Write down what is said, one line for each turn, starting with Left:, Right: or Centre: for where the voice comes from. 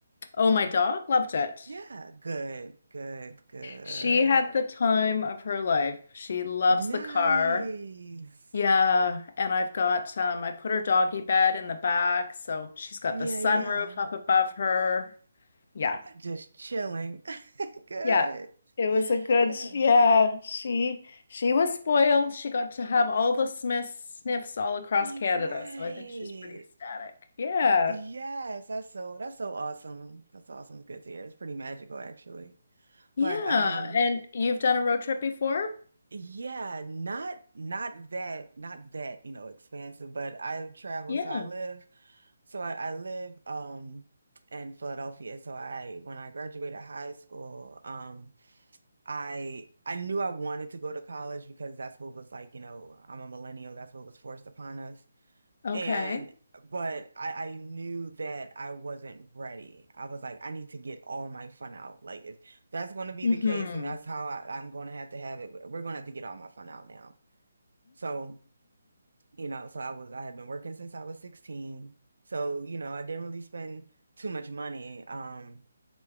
Left: oh, my dog loved it.
Right: Yeah. Good, good, good.
Left: She had the time of her life. She loves
Right: Nice.
Left: the car. Yeah, and I've got um I put her doggy bed in the back, so she's got
Right: Yeah,
Left: the sunroof
Right: yeah.
Left: up above her. Yeah.
Right: Just chilling. <laughs> Good,
Left: Yeah, it was a good,
Right: good.
Left: yeah, she she was spoiled. She got to have all the Smiths sniffs all across
Right: You're
Left: Canada,
Right: right.
Left: so I think she's pretty ecstatic. Yeah.
Right: Yes, that's so that's so awesome. That's awesome. Good to hear. It's pretty magical actually.
Left: Yeah,
Right: But um
Left: and you've done a road trip before?
Right: yeah, not not that not that, you know, expansive, but I've traveled
Left: Yeah.
Right: so I live so I, I live um in Philadelphia. So I when I graduated high school, um I I knew I wanted to go to college because that's what was like, you know, I'm a millennial, that's what was forced upon us.
Left: Okay.
Right: And but I, I knew that I wasn't ready. I was like, I need to get all my fun out. Like if that's going to be
Left: hmm
Right: the case and that's how I, I'm going to have to have it, we're going to have to get all my fun out now. So, you know, so I was I had been working since I was 16. So, you know, I didn't really spend too much money. Um,